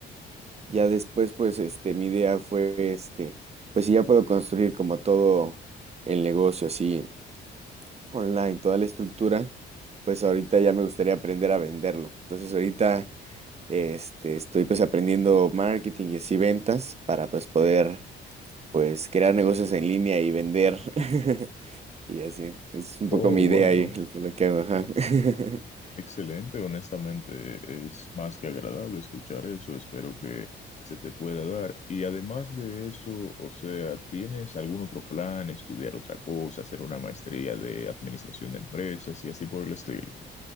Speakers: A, on the right; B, on the left.
A: Ya después pues este mi idea fue este, pues si ya puedo construir como todo el negocio así online, toda la estructura, pues ahorita ya me gustaría aprender a venderlo. Entonces ahorita este, estoy pues aprendiendo marketing y así ventas para pues poder pues crear negocios en línea y vender. <laughs> Y así, es un poco
B: Oh,
A: mi idea
B: bueno.
A: y lo lo que hago, ajá. <laughs>
B: Excelente, honestamente es más que agradable escuchar eso, espero que se te pueda dar. Y además de eso, o sea, ¿tienes algún otro plan, estudiar otra cosa, hacer una maestría de administración de empresas y así por el estilo?